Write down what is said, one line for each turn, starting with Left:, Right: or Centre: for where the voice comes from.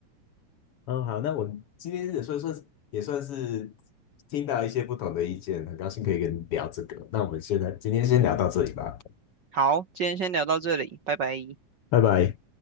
Left: 哦好，那我们今天也算算是也算是听到一些不同的意见，很高兴可以跟你聊这个。那我们现在今天先聊到这里吧。
Right: 好，今天先聊到这里，拜拜。
Left: 拜拜。